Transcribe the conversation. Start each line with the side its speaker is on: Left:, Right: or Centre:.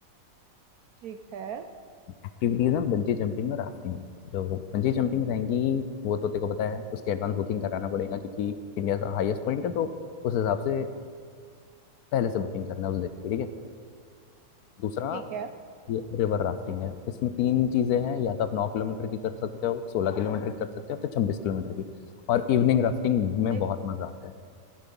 Right: ठीक है
Left: एक्टिविटीज हैं बंजी जंपिंग और राफ्टिंग जो बंजी जंपिंग रहेंगी वो तो तेरे को पता है उसके एडवांस बुकिंग कराना पड़ेगा क्योंकि इंडिया का हाईएस्ट पॉइंट है तो उस हिसाब से पहले से बुकिंग करना है उस दिन की ठीक है दूसरा
Right: ठीक है
Left: ये रिवर राफ्टिंग है इसमें तीन चीज़ें हैं या तो आप नौ किलोमीटर की कर सकते हो सोलह किलोमीटर की कर सकते हो तो छब्बीस किलोमीटर की और इवनिंग राफ्टिंग
Right: देख
Left: में बहुत मजा आता है